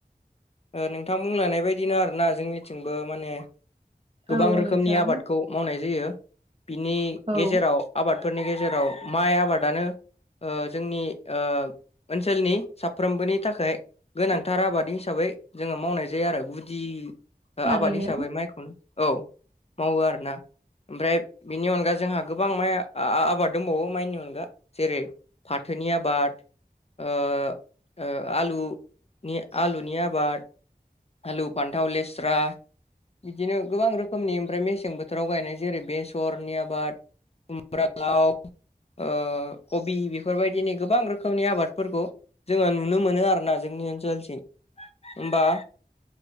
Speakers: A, on the left (about 40°); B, on the right (about 35°).
A: ओ नोंथां बुंलायनाय बायदिनो आरोना जोंनिथिंबो माने गोबां
B: औ
A: रोखोमनि
B: नोंथां
A: आबादखौ मावनाय जायो बिनि
B: औ
A: गेजेराव आबाद फोरनि गेजेराव माइ आबादानो ओ जोंनि ओ ओनसोलनि साफ्रोमबोनि थाखाय गोनांथार आबाद हिसाबै जोङो मावनाय जायो आरो गु दि ओ
B: थारैनो
A: आबाद हिसाबै माइखौनो औ मावो आरोना। ओमफ्राय बेनि अनगा जोंहा गोबां माइ आ आबाद दंबावो माइनि अनगा जेरै फाथोनि आबाद ओ ओ आलुनि आलुनि आबाद आलु फान्थाव लेस्रा बिदिनो गोबां रोखोमनि ओमफ्राय मेसें बोथोराव गायनाय जेरै बेसरनि आबाद खुमब्रा लाव ओ कबि बेफोरबायदिनि गोबां रोखोमनि आबादफोरखौ जोङो नुनो मो नो आरोना जोंनि ओनसोलसिम ओमबा